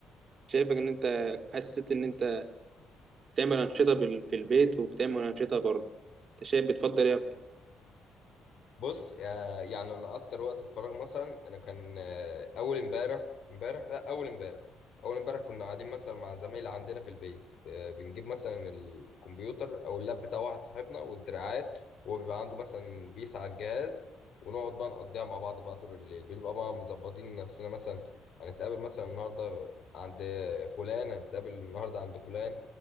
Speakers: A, on the right; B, on the left.
A: شايفك ان انت حسيت ان انت بتعمل أنشطة بال- في البيت وبتعمل أنشطة بره أنت شايف بتفضل إيه أكتر؟
B: بص آه، يعني انا اكتر وقت الفراغ مثلا انا كان آه، اول امبارح امبارح لا اول امبارح اول امبارح كنا قاعدين مثلا مع زمايل عندنا في البيت آه، بنجيب مثلا الكمبيوتر او اللاب بتاع واحد صاحبنا والدراعات وهو بيبقى عنده مثلا بيس على الجهاز ونقعد بقى نقضيها مع بعض بقى طول الليل بنبقى بقى مظبطين نفسنا مثلا هنتقابل مثلا النهارده عند فلان هنتقابل النهارده عند فلان